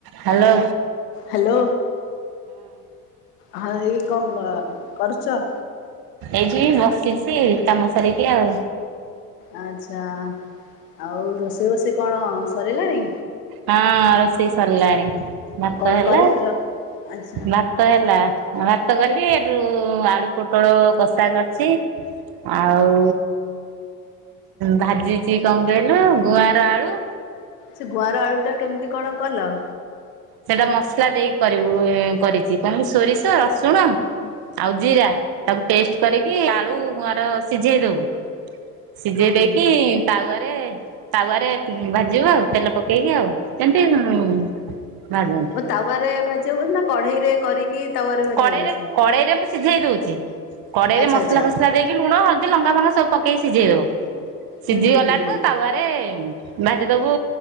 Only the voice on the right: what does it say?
ହାଲୋ।
ଏଇଠି ବସିଛି କାମ ସାରିକି ଆଉ।
ହଁ ରୋଷେଇ ସରିଲାଣି, ଭାତ
ହେଲା
ଭାତ ହେଲା, ଭାତ କଲି ଏଠୁ ଆଳୁ ପୋଟଳ କଷା କରିଛି ଆଉ ଭାଜିଛି କଣ କହିଲ, ଗୁଆଁର ଆଳୁ
ସେଇଟା ମସଲା ଦେଇକି କରିବୁ କରିଛି କଣ ସୋରିଷ ରସୁଣ
ଆଉ ଜିରା, ତାକୁ ପେଷ୍ଟ କରିକି ଆଳୁ ଗୁଆଁର ସିଝେଇ ଦବୁ ସିଝେଇ
ଦେଇକି
ତାୱରେ ତାୱରେ ଭାଜିବ ଆଉ ତେଲ ପକେଇକି ଆଉ। ସେମତି ଉଁ ଭାଜନ୍ତି।
କଡେଇରେ
କଡେଇରେ ମୁଁ ସିଝେଇ ଦଉଛି, କଡେଇରେ
ମସଲା
ଫସଲା ଦେଇକି ଲୁଣ ହଳଦୀ ଲଙ୍କା ଫଙ୍ଗା ସବୁ ପକେଇି ସିଝେଇ ଦବୁ, ସିଝି
ଗଲାଠୁ
ତାୱରେ ଭାଜିଦବୁ